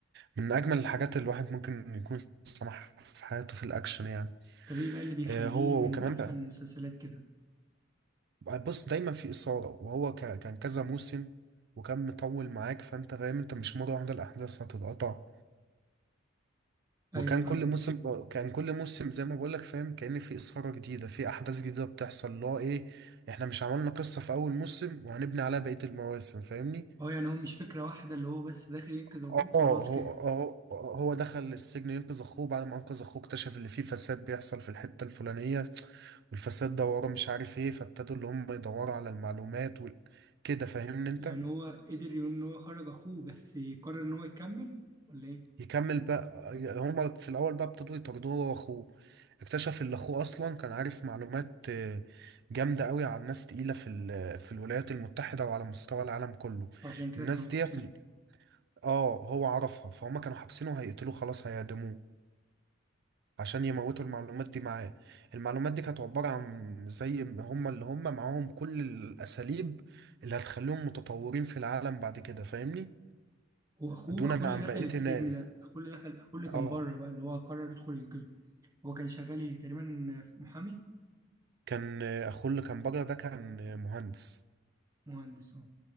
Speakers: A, on the right; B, on the right.
A: من أجمل الحاجات اللي الواحد ممكن يكون سمعها في حياته في الأكشن يعني
B: طب إيه بقى اللي بيخليه
A: آه هو
B: من
A: وكمان
B: أحسن
A: بقى
B: المسلسلات كده
A: بص دايما في إثارة وهو ك... كان كذا موسم وكان مطول معاك فأنت فاهم أنت مش مرة واحدة الأحداث هتتقطع وكان
B: أيوه فاهم
A: كل موسم كان كل موسم زي ما بقولك فاهم كأن في إثارة جديدة في أحداث جديدة بتحصل اللي هو إيه إحنا مش عملنا قصة في أول موسم وهنبني عليها بقية المواسم فاهمني؟
B: اه يعني هو مش فكرة واحدة اللي هو بس داخل ينقذ أبوه
A: اه
B: وخلاص
A: هو
B: كده
A: هو هو دخل السجن ينقذ اخوه بعد ما انقذ اخوه اكتشف ان في فساد بيحصل في الحتة الفلانية والفساد ده وراه مش عارف ايه فابتدوا اللي هم يدوروا على المعلومات وال... كده فاهمني انت
B: يعني هو قدر يقول إن هو خرج أخوه بس قرر إن هو يكمل ولا إيه؟
A: يكمل بقى هما في الاول بقى ابتدوا يطاردوه هو واخوه اكتشف ان اخوه اصلا كان عارف معلومات آه، جامده قوي عن ناس تقيله في ال- في الولايات المتحده وعلى مستوى العالم كله
B: فعشان كده
A: الناس
B: كانوا حابسينه
A: ديت اه هو عرفها فهم كانوا حابسينه هيقتلوه خلاص هيعدموه عشان يموتوا المعلومات دي معاه المعلومات دي كانت عبارة عن زي ما هم اللي هم معاهم كل الأساليب اللي هتخليهم متطورين في العالم بعد كده فاهمني
B: هو أخوه
A: دونا
B: أخوه اللي
A: عن
B: دخل
A: بقية
B: السجن
A: الناس
B: ده أخوه اللي دخل أخوه اللي
A: اه
B: كان بره بقى اللي هو قرر يدخل ينقذه هو كان شغال إيه تقريبا في محامي
A: كان اخوه اللي كان بره ده كان مهندس
B: مهندس أه